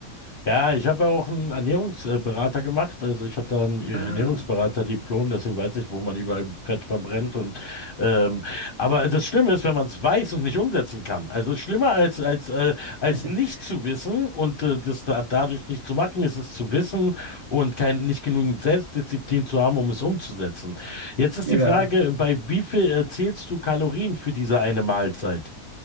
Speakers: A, on the left; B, on the right.
A: Ja, ich habe ja auch einen Ernährungsberater gemacht. Also ich habe da ein Ernährungsberater-Diplom,
B: Ah,
A: deswegen weiß ich, wo man überall Fett verbrennt. Und ähm, aber das Schlimme ist, wenn man es weiß und nicht umsetzen kann. Also schlimmer als als äh, als
B: <laughs>
A: nicht zu wissen und äh, das da, dadurch nicht zu machen, ist es zu wissen und kein nicht genügend Selbstdisziplin zu haben, um es umzusetzen. Jetzt ist
B: ja.
A: die Frage, bei wie viel äh, zählst du Kalorien für diese eine Mahlzeit?